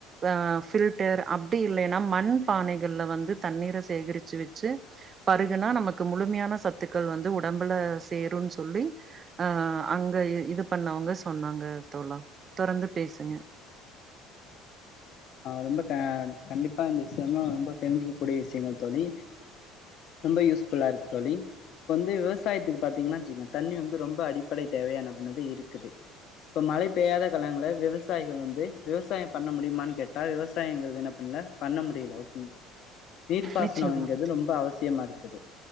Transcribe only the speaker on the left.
ஆ ரொம்ப கண்டிப்பா இந்த விஷியமா ரொம்ப தெரிஞ்சிக்க கூடிய விஷியங்கள் தோழி ரொம்ப யூஸ்ஃபுல்லா இருக்கு தோழி இப்ப வந்து விவசாயத்துக்கு பாத்தீங்கன்னா ஜிங்கன் தண்ணி வந்து ரொம்ப அடிப்படை தேவையான என்னா பன்னுது இருக்குது இப்ப மழை பெய்யாத காலங்கள விவசாயிகள் வந்து விவசாயம் பண்ண முடியுமான்னு கேட் ட்டா விவசாயிங்கள் தினத்துல பண்ணமுடில ஓகே நீர்ப்பாசனொங்கிறது
ரொம்ப அவசியமா இருக் குது